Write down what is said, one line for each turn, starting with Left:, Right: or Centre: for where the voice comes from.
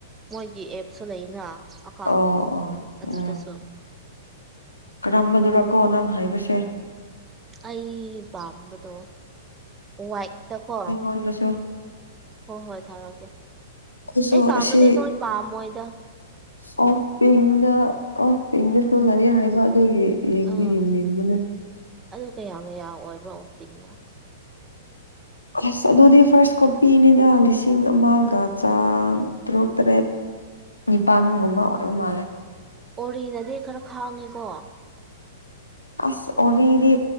Right: ꯃꯣꯏꯒꯤ ꯑꯦꯞꯁꯨ ꯂꯩꯅ ꯑꯛ__ ꯀꯥꯎꯟ
Left: ꯑꯣ ꯑꯣ
Right: ꯑꯗꯨꯗꯁꯨ
Left: ꯎꯝ ꯀꯔꯝꯕꯗꯨꯔꯀꯣ ꯅꯪ ꯍꯥꯏꯕꯁꯦ
Right: ꯑꯩ ꯄꯥꯝꯕꯗꯣ ꯋꯥꯏꯠꯇ ꯀꯣ
Left: ꯀꯣꯟꯗꯁꯨ
Right: ꯍꯣ ꯍꯣꯏ ꯊꯥꯔꯛꯀꯦ
Left: ꯑꯩꯁꯨ
Right: ꯑꯩ ꯄꯥꯝꯕꯗꯤ
Left: ꯑꯁꯤ
Right: ꯅꯣꯏ ꯄꯥꯝꯃꯣꯏꯗ
Left: ꯑꯣꯐ ꯄꯤꯡꯗ ꯑꯣꯐ ꯄꯤꯡꯗꯁꯨ ꯂꯩꯌꯦ ꯍꯥꯏꯕ ꯑꯗꯨꯒꯤ ꯌꯦꯡꯗꯤ
Right: ꯑꯥ
Left: ꯌꯦꯡꯅꯤꯡꯕꯅꯦ
Right: ꯑꯗꯨ ꯀꯌꯥ ꯀꯌꯥ ꯑꯣꯏꯕ꯭ꯔꯣ ꯑꯣꯄꯤꯡꯅ
Left: ꯑꯁ ꯑꯗꯨꯗꯤ ꯐꯥꯔꯁ ꯀꯣꯄꯤꯅꯤꯗ ꯂꯤꯁꯤꯡ ꯑꯃꯒ ꯆꯥꯝꯇ꯭ꯔꯨꯛ ꯇ꯭ꯔꯦꯠ ꯅꯤꯄꯥꯟꯒꯨꯝꯕ ꯑꯣꯏꯕ ꯃꯥꯜꯂꯦ
Right: ꯑꯣꯔꯤꯅꯗꯤ ꯈꯔ ꯈꯥꯡꯉꯦꯀꯣ
Left: ꯑꯁ ꯑꯣꯏꯔꯤꯗꯤ